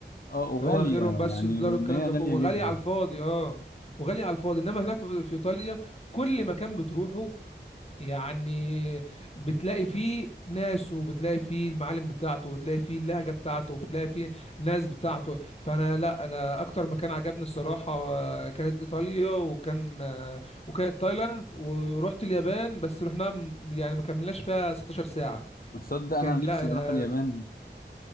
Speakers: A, on the left; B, on the left.
A: اه وغالية
B: هو آخرهم بس
A: يعني
B: الدولار
A: وان
B: والكلام
A: هي
B: ده
A: غالية
B: كله وغالي
A: جدا
B: على الفاضي أه وغالي على الفاضي إنما هناك في في إيطاليا كل مكان بتروحه يعني بتلاقي فيه ناس وبتلاقي فيه المعالم بتاعته وتلاقي فيه اللهجة بتاعته وتلاقي فيه ناس بتاعته فانا لا انا اكتر مكان عجبني الصراحة آه، كانت ايطاليا وكان آه، وكانت تايلاند ورحت اليابان بس رحنا يعني ما كملناش فيها 16 ساعة
A: تصدق انا
B: كان
A: نفسي
B: لا انا
A: اروح اليابان